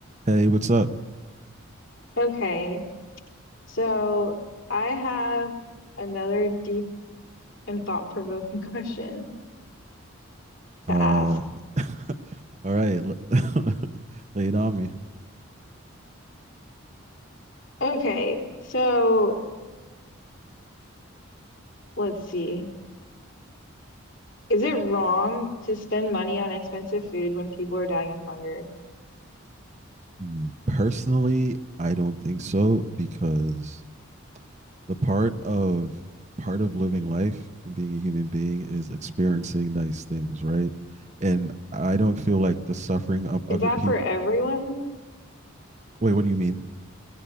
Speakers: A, on the right; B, on the left.
A: Hey, what's up?
B: Okay, so I have another deep and thought-provoking <laughs> question to
A: Uh,
B: ask.
A: <laughs> all right, <laughs> lay it on me.
B: Okay, so let's see. Is it wrong to spend money on expensive food when people are dying of hunger?
A: Mm, Personally, I don't think so because the part of part of living life and being a human being is experiencing nice things, right? And I don't feel like the suffering of other
B: Is that
A: people.
B: for everyone?
A: Wait, what do you mean?